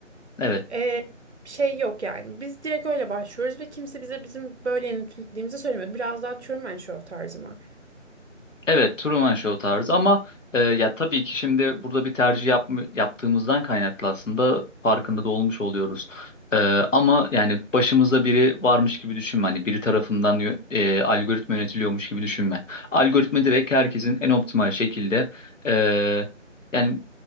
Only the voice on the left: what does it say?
evet.
Evet, Truman Show tarzı ama e, ya tabii ki şimdi burada bir tercih yapma, yaptığımızdan kaynaklı aslında farkında da olmuş oluyoruz. E, ama yani başımızda biri varmış gibi düşünme. Hani biri tarafından yö- e, algoritma yönetiliyormuş gibi düşünme. Algoritma direkt herkesin en optimal şekilde e, yani